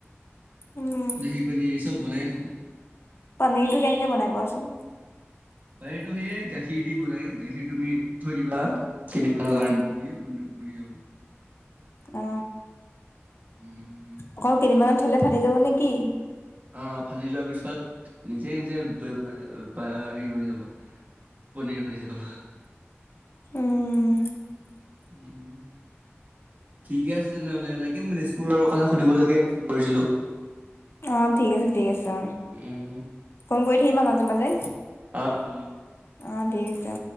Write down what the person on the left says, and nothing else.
উম
পনীৰটো কেনেকে বনাই কোৱাচোন?
উম
অ
অকল কেইদিমানত থলে ফাটি যাব নেকি?
উম
অ ঠিক আছে ঠিক আছে।
ফোন কৰি। আহিম আ মাজে মাজে।
অ ঠিক আছে।